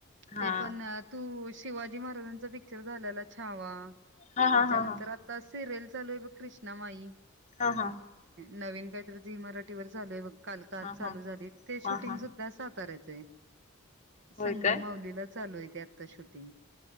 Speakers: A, on the left; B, on the right.
A: हा
B: ते पण तू शिवाजी महाराजां. ् झा <unintelligible> छावा
A: हा हा
B: त्याच्यानंतर
A: हा हा
B: आता सिरिल. चालो इ कृसना माई.
A: हा हा.
B: नवीन काहीतरी, झी मराठीवर झालय बघ, काल का
A: हा
B: चालू
A: हा
B: झाली, ते शूटिंग
A: हा हा
B: सुद्धा साताऱ्यात. ते. <unintelligible> संग
A: होय काय
B: मावलीला. चालू आहे ते आता शूटिंग.